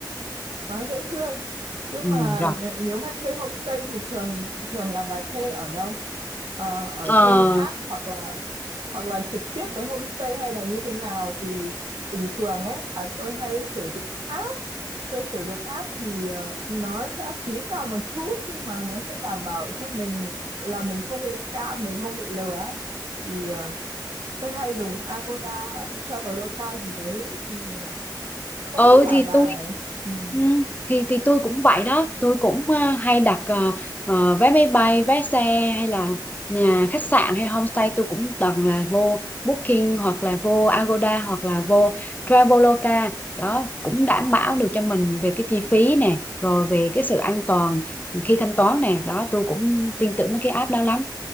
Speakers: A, on the right (about 80°); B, on the left (about 20°).
A: Quá dễ thương. Nhưng
B: ừ
A: mà
B: Rồi.
A: n- nếu mà thuê homestay thì thường thường là bà thuê ở đâu? Ờ, ở
B: Ờ,
A: trên app hoặc là hoặc là trực tiếp với homestay hay là như thế nào? Vì bình thường ấy, à, tôi hay sử dụng app tôi sử dụng app thì ờ, nó sẽ phí cao một chút nhưng mà nó sẽ đảm bảo cho mình là mình không bị scam mình không bị lừa thì ờ, tôi hay dùng Agoda Traveloka gì đấy thì ờ, không
B: ừ
A: biết là
B: thì
A: bà
B: tôi
A: ừm,
B: ừ, thì thì tôi cũng vậy đó tôi cũng ờ, hay đặt ờ, ờ, vé máy bay vé xe hay là nhà khách sạn hay homestay tôi cũng toàn là vô Booking hoặc là vô Agoda hoặc là vô Traveloka đó cũng đảm bảo được cho mình về cái chi phí nè rồi về cái sự an toàn khi thanh toán nè đó tôi cũng tin tưởng mấy cái app đó lắm